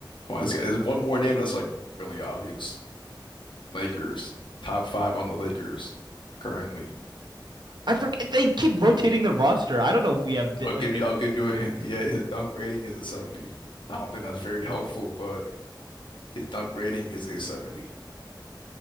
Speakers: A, on the left (about 75°); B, on the right (about 60°).
A: Come on, this guy- there's one more name that's like really obvious. Lakers. Top five on the Lakers currently.
B: I forget they keep rotating the roster. I don't know if we have di-
A: I'll give
B: di-
A: you I'll give you a hint. Yeah, his dunk rating is a 70. I don't think that's very helpful, but his dunk rating is a 70.